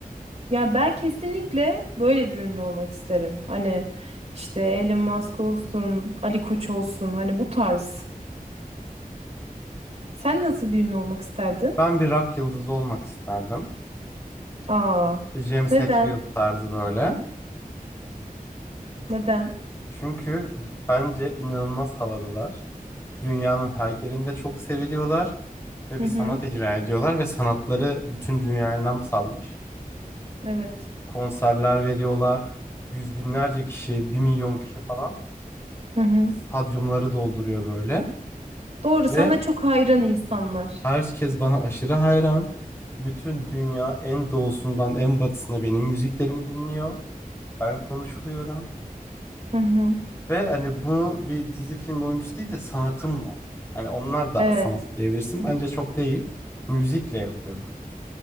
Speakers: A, on the right; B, on the left.
A: Ya ben kesinlikle böyle bir ünlü olmak isterim. Hani işte Elon Musk olsun, Ali Koç olsun hani bu tarz. Sen nasıl bir ünlü olmak isterdin?
B: Ben bir rock yıldızı olmak isterdim.
A: Aa,
B: Bir James
A: neden?
B: Hetfield tarzı böyle.
A: Neden?
B: Çünkü bence inanılmaz havalılar. Dünyanın her yerinde çok seviliyorlar ve
A: Hı
B: bir
A: hı,
B: sanat icra ediyorlar ve sanatları bütün dünyaya nam salmış.
A: evet.
B: Konserler veriyorlar. Yüz binlerce kişi, bir milyon kişi falan
A: Hı hı.
B: stadyumları dolduruyor böyle.
A: Doğru
B: Ve
A: sana çok hayran insanlar.
B: herkes bana aşırı hayran. Bütün dünya en doğusundan en batısına benim müziklerimi dinliyor. Ben konuşuluyorum
A: Hı hı.
B: ve hani bunu bir dizi film oyuncusu değil de sanatımla. Hani onlar da
A: Evet.
B: sanat diyebilirsin. Bence çok değil. Müzikle yapıyorum.